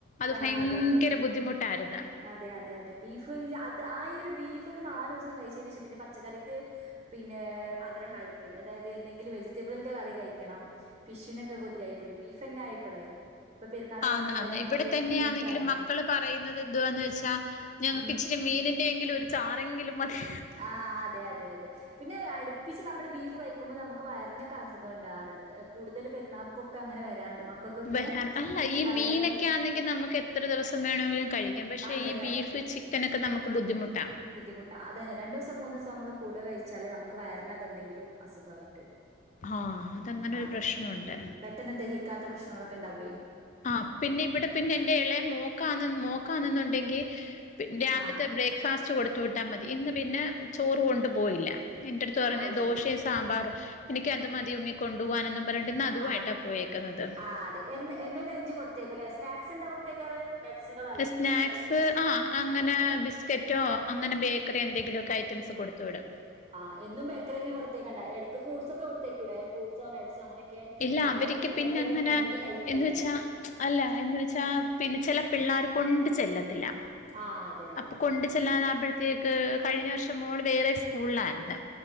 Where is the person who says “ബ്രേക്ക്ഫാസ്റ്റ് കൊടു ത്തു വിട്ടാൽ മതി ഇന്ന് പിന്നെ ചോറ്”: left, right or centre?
Left